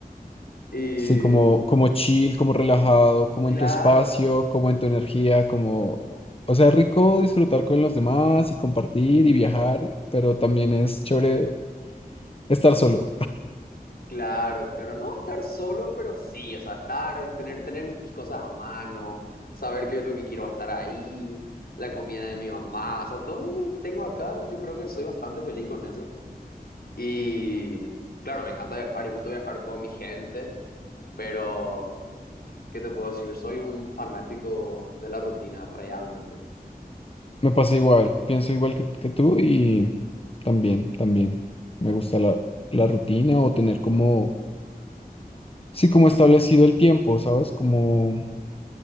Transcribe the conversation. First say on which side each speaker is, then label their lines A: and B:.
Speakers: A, on the left; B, on the left.
A: Y
B: Sí, como, como chill, como relajado, como
A: claro,
B: en tu espacio, como en tu energía, como... O sea, rico disfrutar con los demás y compartir y viajar, pero también es chévere estar solo.
A: Claro, claro, no estar solo, pero sí, o sea, estar, tener, tener mis cosas a mano, saber qué es lo que quiero va a estar ahí, la comida de mi mamá, o sea, todo lo que tengo acá, yo creo que soy bastante feliz con eso. Y claro, me encanta viajar, disfruto viajar con mi gente, pero, ¿qué te puedo decir? Soy un fanático de la rutina, realmente.
B: Me pasa igual, pienso igual que, que tú y también, también. Me gusta la, la rutina o tener como Sí, como establecido el tiempo, ¿sabes? Como